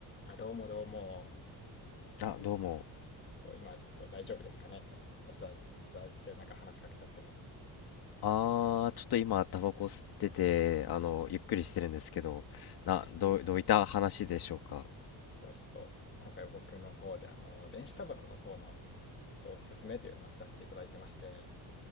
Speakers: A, on the left (about 30°); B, on the left (about 60°).
A: あ、どうもどうも。
B: あ、どうも。
A: と、今ちょっと大丈夫ですかね。こうお座り、座ってなんか話しかけちゃっても。
B: あー、ちょっと今、タバコ吸ってて、あの、ゆっくりしてるんですけど、な、
A: あですよね。
B: どう、どういった話でしょうか。
A: そう、ちょっと今回僕の方であの、電子タバコの方のちょっとおすすめというのをさせていただいてまして、